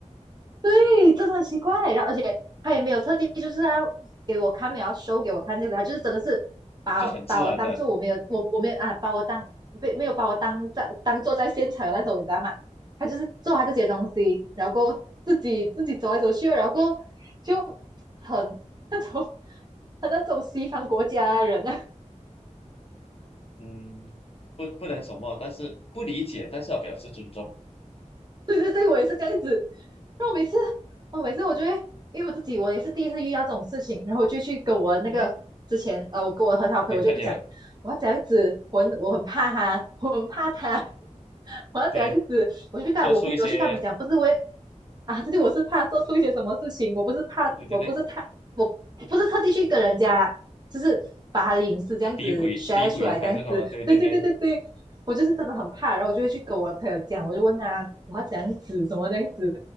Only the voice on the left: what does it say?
就很自然的，
嗯，不不能什么，但是不理解，但是要表示尊重。
诶，
你的朋友
对
说出一些
对对对
诋毁诋毁还是什么，
对对对